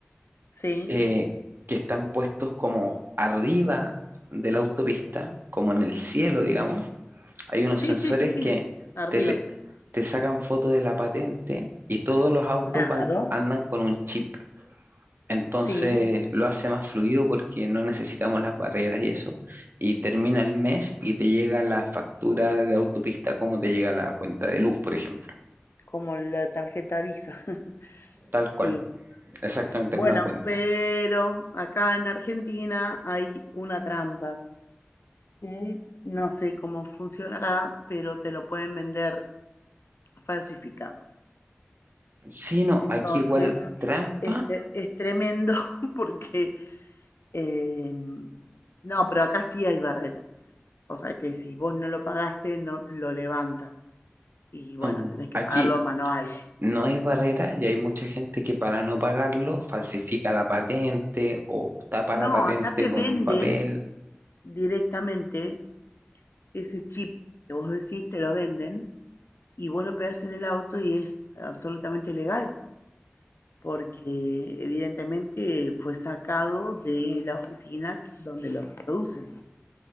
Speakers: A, on the left (about 70°); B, on the right (about 55°).
A: ¿sí?
B: eh, que están puestos como arriba de la autopista, como en el cielo, digamos. Hay unos
A: Sí,
B: sensores
A: sí, sí, sí,
B: que
A: arriba.
B: te, le- te sacan foto de la patente y todos los autos
A: Claro,
B: van, andan con un chip. Entonces
A: sí,
B: lo hace más fluido porque no necesitamos las barreras y eso. Y termina el mes y te llega la factura de autopista como te llega la cuenta de luz, por ejemplo.
A: como la tarjeta Visa. <laughs>
B: Tal cual,
A: Sí,
B: exactamente
A: Bueno,
B: es una cuenta.
A: pero acá en Argentina hay una trampa que no sé cómo funcionará, pero te lo pueden vender falsificado.
B: Sí, no,
A: Entonces,
B: aquí igual trampa,
A: este es tremendo <laughs> porque eh, no, pero acá sí hay barrera. O sea que si vos no lo pagaste, no lo levanta. Y bueno,
B: no,
A: tenés
B: no,
A: que
B: aquí
A: pagarlo manual.
B: no hay barrera y hay mucha gente que para no pagarlo falsifica la patente o tapa
A: No,
B: la patente
A: acá te
B: con
A: venden
B: un papel.
A: directamente ese chip que vos decís, te lo venden y vos lo pegás en el auto y es absolutamente legal, porque evidentemente fue sacado de la oficina donde los producen,